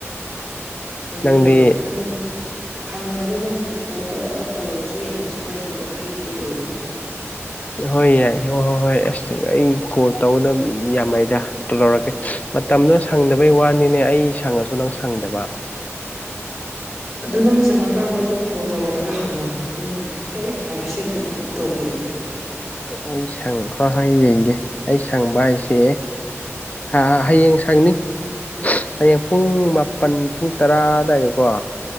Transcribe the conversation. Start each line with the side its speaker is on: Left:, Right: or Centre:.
Centre: ꯅꯣꯏꯗꯤ
Left: ꯅꯪꯗꯤ
Centre: ꯂꯣꯏꯗꯧꯅ ꯅꯪꯅꯤ ꯁꯪꯈꯗꯤ ꯑꯗꯨꯝ ꯀꯣꯜ ꯇꯧꯔꯛꯑꯒ ꯇꯧꯔꯁꯨ ꯌꯥꯏ ꯀꯩꯁꯨ ꯀꯥꯏꯗꯦꯀꯣ ꯑꯩꯒꯤꯗꯤ ꯂꯣꯏꯔꯕꯅꯤꯅ
Left: ꯍꯣꯏ ꯌꯥꯏ ꯍꯣꯏ ꯍꯣꯏ ꯍꯣꯏ ꯑꯁ ꯑꯩ ꯀꯣꯜ ꯇꯧꯒꯗꯕ ꯃꯤ ꯌꯥꯝꯃꯗ ꯂꯧꯔꯒꯦ ꯃꯇꯝꯗꯨꯣ ꯁꯪꯗꯕꯩ ꯋꯥꯅꯤꯅꯦ ꯑꯩ ꯁꯪꯉꯁꯨ ꯅꯪ ꯁꯪꯗꯕ
Centre: ꯑꯗꯨ ꯅꯪ ꯁꯪꯉꯛꯀꯥꯟꯗ ꯑꯗꯨꯝ ꯀꯣꯜ ꯇꯧꯔꯛꯑꯒ ꯍꯪꯉꯣ ꯑꯗꯨꯝ ꯑꯦ ꯔꯤꯁꯤꯞꯇꯣ ꯇꯧꯕꯤꯔꯒꯦꯕ
Left: ꯑꯩ ꯁꯪꯕ ꯍꯥꯏꯌꯦꯡꯒꯦ ꯑꯩ ꯁꯪꯕ ꯍꯥꯏꯁꯦ ꯑ ꯍꯌꯦꯡ ꯁꯪꯅꯤ ꯍꯌꯦꯡ ꯄꯨꯡ ꯃꯥꯄꯜ ꯄꯨꯡ ꯇꯔꯥ ꯑꯗꯨꯗꯥꯋꯥꯏꯗꯀꯣ